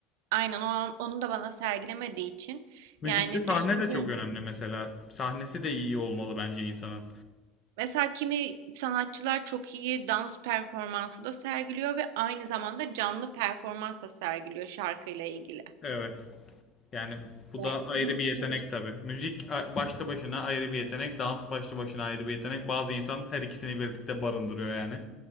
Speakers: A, on the right; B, on the left.
A: aynen o, onu da bana sergilemediği için
B: Müzikte
A: yani
B: sahne
A: düşündüğüm
B: de çok önemli mesela. Sahnesi de iyi olmalı bence insanın.
A: mesela kimi sanatçılar çok iyi dans performansı da sergiliyor ve aynı zamanda canlı performans da sergiliyor şarkıyla ilgili.
B: Evet. Yani bu
A: Ve-
B: da ayrı
A: hı,
B: bir yetenek
A: şimdi-
B: tabii. Müzik a- başlı başına ayrı bir yetenek, dans başlı başına ayrı bir yetenek. Bazı insan her ikisini birlikte barındırıyor yani.